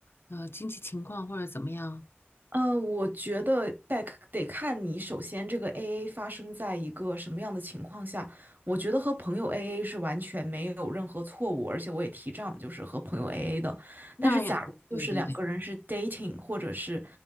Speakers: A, on the left; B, on the right.
A: 呃经济情况或者怎么样？
B: 呃，我觉得得得看你首先这个 AA 发生在一个什么样的情况下。我觉得和朋友 AA 是完全没有任何错误，而且我也提倡就是和朋友 AA 的。
A: 那样，
B: 但是假如就是两个人是
A: 对对对，
B: dating 或者是